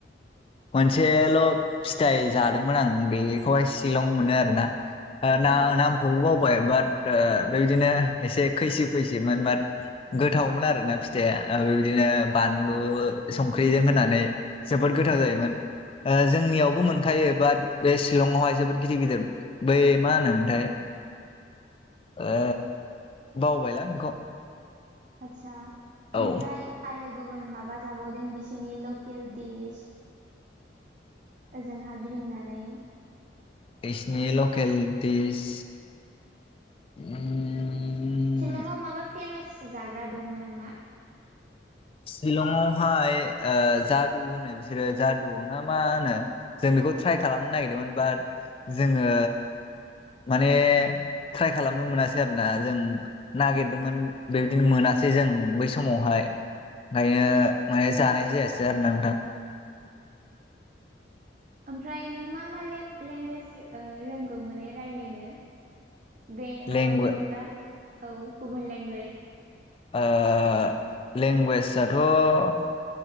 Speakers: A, on the left; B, on the right.
A: मोनसेल' फिथाइ जादोंमोन आं बेखौहाय सिलं मोनो आरोना। ना
B: औ
A: नामखौबो बावबाय बाट बेबायदिनो एसे खैसि खैसिमोन बाट गोथावमोन आरोना फिथाइया बे बिदिनो बानलु, संख्रिजों होनानै जोबोद गोथाव जायोमोन। ओ जोंनियावबो मोनखायो बाद बे शिलंआवहाय जोबोद गिदिर गिदिर बै मा होनोमोथाय ओ बावबायलां इखौ
B: आदसा ओमफ्राय
A: औ
B: आरो गुबुन माबा जाबावदों बिसोरनि लकेल दिस ओजोंहा गिदिंनानै
A: बिसोरनि लकेल दिस उम
B: शिलंआव माबा फेमास जाग्रा दङ नामा?
A: शिलंआवहाय जादु होनो बिसोरो जादु ना मा होनो जों बेखौ ट्राय खालामनो नागिरदोंमोन बाट जोंङो माने ट्राय खालामनो मोनासै आरोना जों नागिरदोंमोन बेबायदिनो मोनासै जों बै समावहाय ओंखायनो
B: आदसा
A: माने जानाय जायासै आरो ना नोंथां।
B: ओमफ्राय नों मा लेंगुवेज रो ओ रोंगौ माने रायलायनो बे माबानि
A: लेंगुवे
B: अनगा औ गुबुन लेंगुवेज
A: ओ लेंगुवेजआथ'